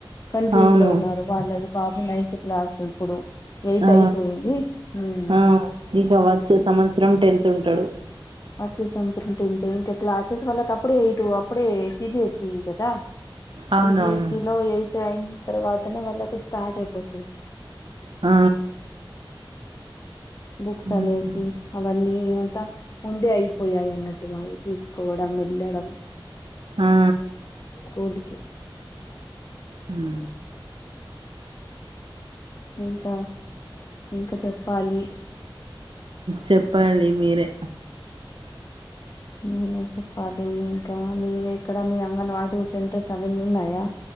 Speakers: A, on the left (about 35°); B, on the right (about 65°).
A: కన్ఫ్యూజ్
B: అవును
A: లో ఉన్నారు వాళ్లది బాబు నైన్త్ క్లాస్ ఇప్పుడు ఎయిత్
B: ఆ
A: అయిపోయింది ఉమ్
B: ఆ ఇగ వచ్చే సంవత్సరం టెన్త్ ఉంటడు
A: వచ్చే సంవత్సరం టెన్త్ ఇంకా క్లాసెస్ క అప్పుడే ఏయిటు అప్పుడే సిబిఎసి కదా
B: అవునవును
A: సిబిఎస్ఈ లో ఎయిత్ జాయిన్ తర్వాతనే వాళ్ళకు స్టార్ట్ అయిపోతుంది
B: ఆ
A: బుక్స్
B: ఉమ్
A: అనేసి అవన్నీ అంట ముందే అయిపోయాయి అన్నట్టు మాయి తీసుకోవడం వెళ్ళడం
B: ఆ
A: స్కూల్కి
B: మ్
A: ఇంకా ఇంకా చెప్పాలి
B: చెప్పాలి మీరే
A: నేనే చెప్పాలి ఇంకా మీవు ఎక్కడ మీ అంగన్ ఆటు సెంటర్స్ అవన్నీ ఉన్నాయా